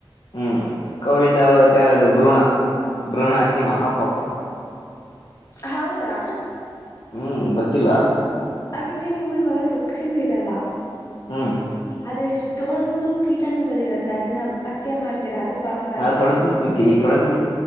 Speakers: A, on the left; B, on the left.
A: ಹ್ಮ್ ಕೋಳಿಂದ ಬರುತ್ತೆ ಅದು ಭ್ರೂಣ ಭ್ರೂಣ ಹತ್ತೇ ಮಹಾಪಾಪ.
B: ಹೌದಾ.
A: ಹ್ಮ್ ಗೊತ್ತಿಲ್ಲಾ.
B: ಹಾಗಿದ್ರೆ ನೀವು ಇವಾಗ ಸೊಪ್ಪ ತಿಂತೀರಲ್ಲ
A: ಹ್ಮ್
B: ಆದ್ರೆ ಅಷ್ಟ ಅಷ್ಟೊಂದು ಕೀಟಾಣುಗಳು ಇರುತ್ತೆ ಅದನ್ನ ಹತ್ಯೆ ಮಾಡ್ತೀರಾ ಅದು ಪಾಪ ಅಲ್ಲ
A: ನಾವು ತೊಳೆದಬಿಟ್ಟ ತಿಂತೀವಿ ತೊಳೆದ ಬಿಟ್ಟ